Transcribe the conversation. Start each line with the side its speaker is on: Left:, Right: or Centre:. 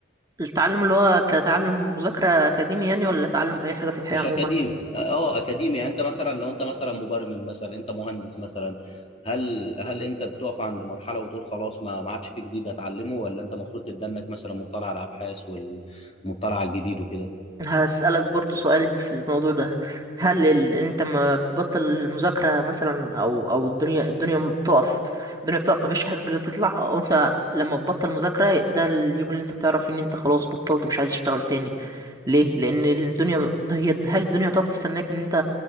Right: التعلم اللي هو كتعلم مذاكرة أكاديمي يعني ولا تعلم أي حاجة في الحياة
Left: مش
Right: عموما
Left: اكاديمي اه اكاديمي يعني انت مثلا لو انت مثلا مبرمج مثلا انت مهندس مثلا هل هل انت بتقف عند مرحلة وتقول خلاص ما ما عادش في جديد اتعلمه ولا انت المفروض تتدنك مثلا مطلع على الابحاث والمطلع على الجديد وكده
Right: أنا هسألك برضو سؤال في الموضوع ده هل ال... أنت ما بتبطل المذاكرة مثلا أو أو الدنيا الدنيا ما بتقف الدنيا بتقف مفيش حاجة جديدة بتطلع أو أنت لما تبطل مذاكرة ده اليوم اللي أنت بتعرف إن أنت خلاص بطلت مش عايز تشتغل تاني ليه؟ لأن الدنيا هي هل الدنيا هتقف تستناك إن أنت